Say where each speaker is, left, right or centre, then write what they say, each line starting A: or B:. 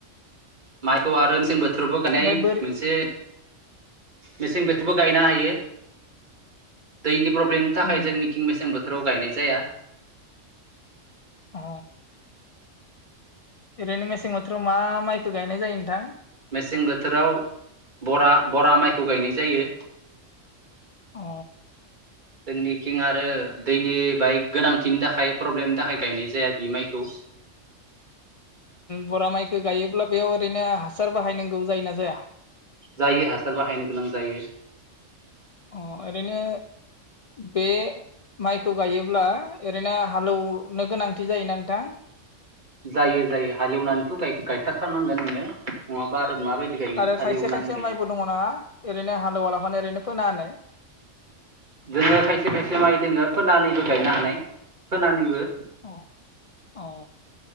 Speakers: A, on the right; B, on the left.
A: माइखौ आरो मेसें बोथोरावबो गायनाय
B: ओमफ्राय बोरै
A: मोनसे मेसें बोथोरावबो गायनो हायो दैनि प्रब्लेमनि थाखाय
B: उम
A: जोंनि खिं मेसें बोथोराव गायनाय जाया
B: अ ओरैनो मेसें बोथोराव मा माइखौ गायनाय जायो नोंथां
A: मेसें बोथोराव बरा बरा माइखौ गायनाय जायो
B: अ
A: जोंनिथिंआरो दैनि बाहाय गोनांथिनि थाखाय प्रब्लेमनि थाखाय गायनाय जाया बि माइखौ
B: बरा माइखौगायोब्ला बेयाव ओरैनो हासार बाहायनांगौ जायोना जाया
A: जायो हासार बाहायनो गोनां जायो
B: अ ओरैनो बे माइखौ गायोब्ला ओरैनो हालौनो गोनांथि जायोना नोंथां
A: जायो जायो हालेवनानैथ' गायखाथारनांगोन नोङो नङाबा आरो माबायदि गायनो
B: आरो
A: हालेवनानै
B: खायसे खायसे
A: गाय
B: माइबो दङ ना ओरैनो हालवालाफानो ओरैनो फोना होनानै
A: दोंङो खायसे खायसे माइ दोङो फोनानैबो गायनो हानाय फोनानैबो
B: अ औ